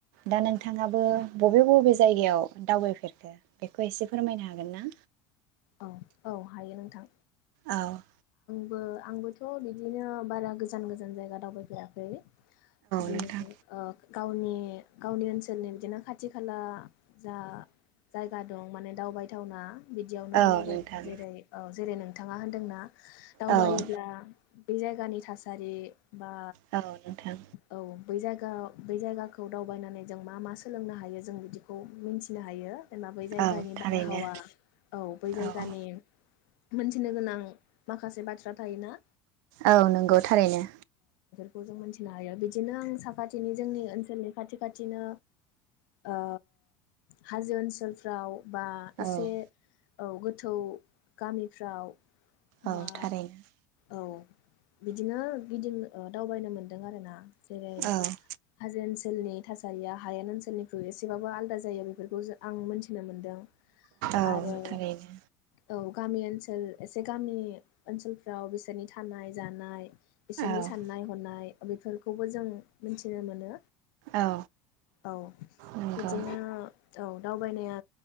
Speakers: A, on the right; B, on the left.
A: दा नोंथाङाबो बबे बबे जायगायाव दावबायफेरखो बेखौ एसे फोरमायनो हागोन ना?
B: औ औ हायो नोंथां।
A: औ।
B: बो आंबोथ बिदि बिदिनो बारा गोजान गोजान जायगा दावबायफेयाखै। इदिनो
A: नोंथां
B: ओ गावनि गावनि ओनसोलनि बिदिनो खाथि खाला जा जायगा दं माने दावबायथावना बि आं
A: औ
B: दावबायदों।
A: नोंथां
B: जेरै ओ जेरै नोंथाङा होनदोंना दावबायोब्ला
A: औ
B: बे जायगानि था सारि बा
A: औ नोंथां
B: औ बै जायगा बै जायगाखौ दावबायनानै जों मा मा सोलोंनो हायो जों बिदिखौ मिन्थिनो हायो। जेनबा बै जायगानि
A: औ थारैनो
B: बारहावा औ बै जायगानि
A: औ
B: मोन्थिनो गोनां माखासे बाथ्रा थायोना
A: औ नोंगौ थारैनो।
B: खौ जों मोन्थिनो हायो बिदिनो आं साखाथिनि जोंनि ओनसोलनि खाथि खाथिनो ओ हाजो ओनसोलफ्राव बा एसे
A: औ
B: औ गोथौ गामिफ्राव
A: औ
B: बा
A: थारैनो।
B: औ बिदिनो गिदिं ओ दावबायनो मोनदों आरो ना। जेरै
A: औ
B: हाजो ओनस ओनसोलनि थासारिया हायेन ओनसोलनिख्रुइ एसेबाबो आलदा जायो बे बेफोरखौसो आं मोनथिनो मोनदों।
A: औ
B: आरो
A: थारैनो
B: औ गामि ओनसोल एसे गामि ओनसोलफ्राव बिसोरनि थानाय जानाय बिसोरनि
A: औ
B: साननाय हनाय बेफोरखौबो जों मिनथिनो मोनो।
A: औ
B: औ
A: नंगौ
B: बिदिनो औ दावबायनाया